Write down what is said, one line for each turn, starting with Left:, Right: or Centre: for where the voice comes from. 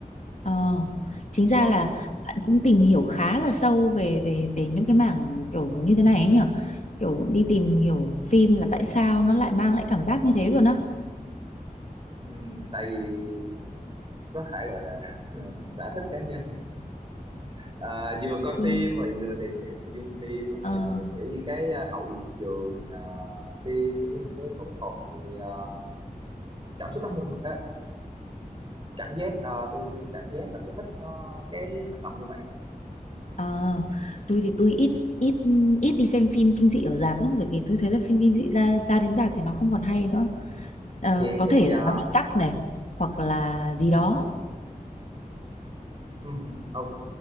Left: Ờ. Chính ra
Right: rồi
Left: là bạn cũng tìm hiểu khá là sâu về về về những cái mảng kiểu như thế này ấy nhở? Kiểu đi tìm hiểu phim là tại sao nó lại mang lại cảm giác như thế luôn á.
Right: Ừm, tại vì có thể gọi là <laughs> sở thích cá nhân à, vừa coi
Left: Ừ.
Right: phim rồi vừa tìm hiểu nội dung phim rồi
Left: Ờ,
Right: à, tìm hiểu những cái à, hậu trường à, phim cũng như những cái thủ thuật thì à, cảm xúc cá nhân à, cảm giác à, tôi, tôi cảm giác là tôi thích nó cái hành động như vậy
Left: ờ. Tôi thì tôi ít ít ít đi xem phim kinh dị ở rạp lắm bởi vì tôi thấy là phim kinh dị ra ra đến rạp thì nó không còn hay nữa. Ờ,
Right: vậy
Left: có
Right: thì
Left: thể
Right: à,
Left: là nó bị cắt này hoặc là
Right: ừm,
Left: gì đó.
Right: ừm, ok